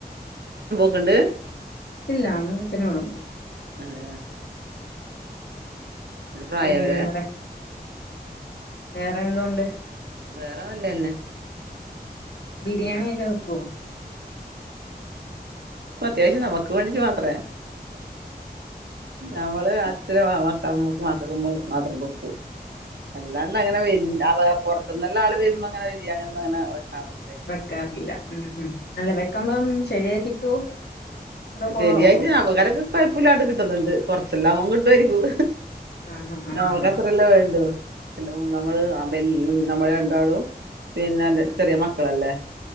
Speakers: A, on the right (about 80°); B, on the left (about 85°).
A: <unintelligible>
B: ഇല്ല അമ്മയും അഛനും ഇവടുണ്ട്.
A: അതെ. ഒരു പ്രായായവരാ
B: പിന്നെ വേറെ, വേറെ എന്തോണ്ട്?
A: വേറെ വല്ലേന്നെ
B: ബിരിയാണിയൊക്കെ
A: ആ
B: വെക്കോ
A: അത്യാവശ്യം നമക്ക് വേണ്ടിട്ട് മാത്രേ നമ്മളെ <unintelligible> മാത്രം പോക്കു അല്ലാണ്ട് അങ്ങനെ വ പുറത്ത നിന്നല്ല ആൾ വരുമ്പോൾ അങ്ങനെ ബരിയാണ ഒന്ന് അങ്ങനെ വെക്കാന്ന്
B: വെക്കാറില്ല ഉ ഉം അല്ല വെക്ക്പം ശരിയായി കിട്ടുവോ അതോ കൊളാവോ
A: ശരിയായിട്ട് <unintelligible> കുഴപ്പമില്ലാതെ കിട്ടുന്നുണ്ട് കൊറച്ചെല്ലാം അവൻ കിട്ടുമായിരിക്കും
B: ആഹ് ആഹ് ആഹ്
A: നമക്ക്ത്രല്ല
B: ആഹ് ആഹ്
A: വേണ്ട എല്ല നമ്മള്
B: അതെ
A: അല്ലും
B: ഉം.
A: നമ്മൾ രണ്ടാടും പിന്നെ ചെറിയ മക്കളല്ലേ